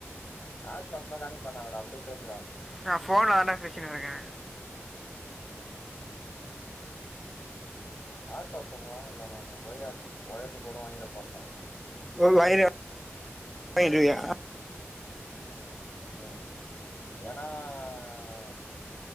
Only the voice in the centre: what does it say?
நா ஃபோன்ல ஆண்டா பேசினு இருக்கே
எவ்ள் வய்ரு அய்ன்டூயா